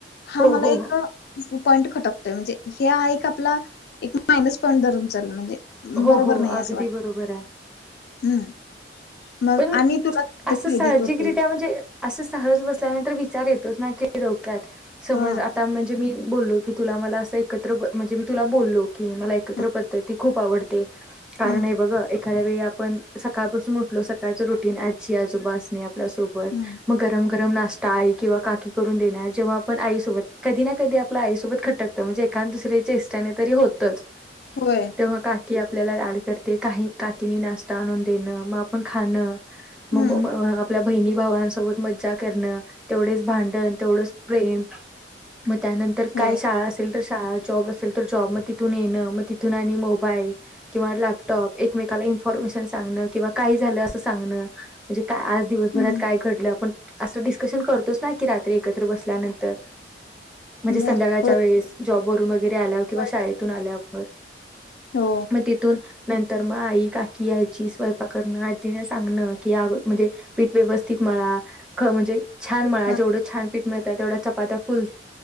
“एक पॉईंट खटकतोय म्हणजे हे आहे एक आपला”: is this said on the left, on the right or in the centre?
Left